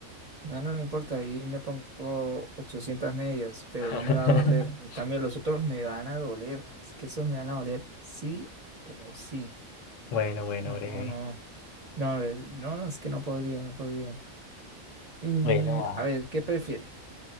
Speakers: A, on the right; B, on the left.
A: No, no, no importa, ahí me pongo 800 medias, pero
B: <laughs>
A: no me va a doler. En cambio, los otros me van a doler. Es que esos me van a doler sí o sí.
B: Bueno, bueno,
A: No,
B: breve.
A: no. No, eh, no, no, es que no podría, no podría. Mm,
B: Bueno, va.
A: a ver, ¿qué prefiere?